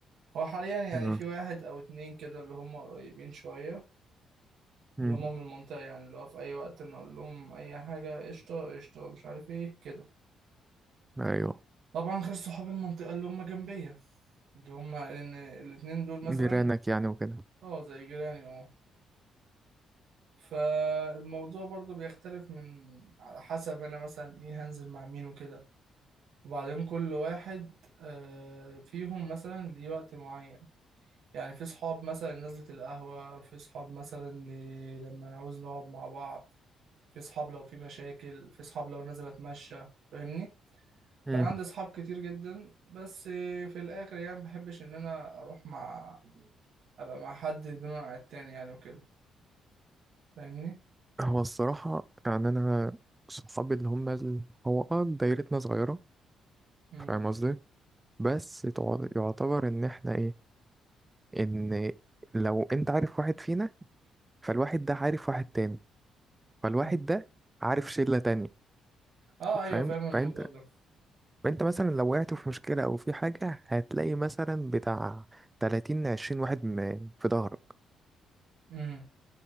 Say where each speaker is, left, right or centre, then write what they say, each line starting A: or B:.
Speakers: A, on the right (about 70°); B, on the right (about 15°).
A: هو حاليا يعني
B: اه
A: في واحد او اتنين كده اللي هم قريبين شوية
B: امم
A: اللي هم من المنطقة يعني اللي هو في اي وقت انا اقول لهم اي حاجة قشطة قشطة مش عارف ايه كده
B: أيوه
A: طبعا غير صحاب المنطقة اللي هم جنبية اللي هما لأن الاتنين دول مثلا
B: جيرانك يعني وكده
A: اه زي جيراني اه فالموضوع برضو بيختلف من على حسب أنا مثلا إيه هنزل مع مين وكده وبعدين كل واحد آه، فيهم مثلا ليه وقت معين يعني في صحاب مثلا نزلة القهوة في صحاب مثلا ل- لما نعوز نقعد مع بعض في صحاب لو في مشاكل في صحاب لو نازل اتمشى فاهمني فانا
B: امم
A: عندي صحاب كتير جدا بس في الاخر يعني مبحبش ان انا اروح مع ابقى مع حد دون عن التاني يعني وكده فاهمني
B: هو الصراحة يعني أنا صحابي اللي هم ال... هو اه دايرتنا صغيرة
A: امم
B: فاهم قصدي؟ بس تع- يعتبر إن إحنا إيه؟ إن لو أنت عارف واحد فينا فالواحد ده عارف واحد تاني فالواحد
A: امم
B: ده عارف شلة تانية
A: اه ايوه
B: فاهم؟
A: فاهم الموضوع
B: فأنت
A: ده
B: فانت مثلا لو وقعت في مشكلة او في حاجة هتلاقي مثلا بتاع 30 20 واحد م- في ظهرك
A: امم